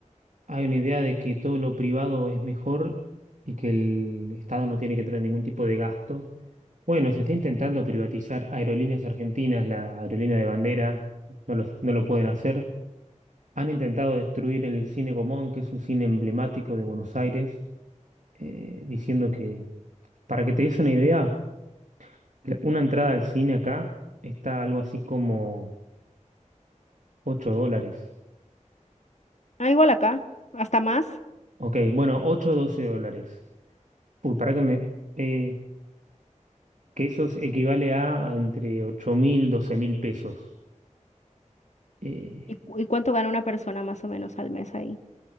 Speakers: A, on the right; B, on the left.
A: Hay una idea de que todo lo privado es mejor y que el Estado no tiene que tener ningún tipo de gasto. Bueno, se está intentando privatizar Aerolíneas Argentinas, la aerolínea de bandera, no lo, no lo pueden hacer. Han intentado destruir el Cine Gomón, que es un cine emblemático de Buenos Aires, eh, diciendo que, para que te des una idea, la- una entrada al cine acá está algo así como 8 dólares.
B: Ah, igual acá, hasta más.
A: Ok, bueno, 8 o 12 dólares. Uy, para que me... eh, que eso es- equivale a entre ocho mil, doce mil pesos. Eh,
B: ¿Y, cu- y cuánto gana una persona más o menos al mes ahí?